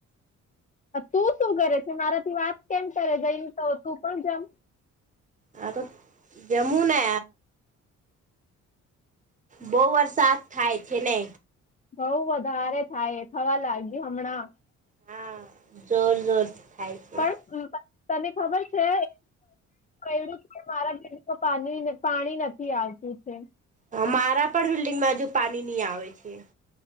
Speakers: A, on the left; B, on the right.
A: તું શું કરે છે મારાથી વાત કેમ કરે જઈને તો તુ પણ જમ.
B: હા તો જમુને બહુ વરસાદ થાય છે ને
A: બહુ વધારે થાય થવા લાગ્યું હમણાં.
B: હા, જોર જોર થાય છે
A: પણ પાકતાને ખબર છે કું કે મારા બડ પા પાણી નથી આવતું છે.
B: હ મારા પણ બિલ્ડિંગમાં હજુ, પાણી નહી. આવે છે.